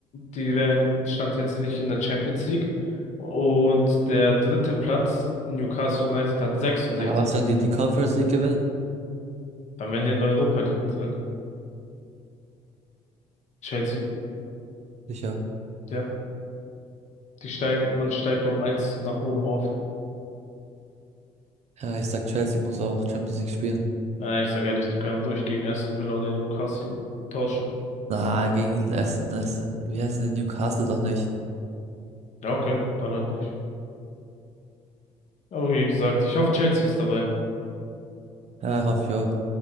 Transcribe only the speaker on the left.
die wären, stand jetzt nicht in der Champions League. Und der dritte Platz, Newcastle United, hat 66
Punkte.
Dann wären die in der Europa League drin. Chelsea,
ja. Die steigen, man steigt um eins nach oben auf.
Nein, ich sag ehrlich, die können ruhig gegen Aston Villa oder Newcastle tauschen.
Ja, okay, dann halt nicht. Aber wie gesagt, ich hoffe, Chelsea ist dabei.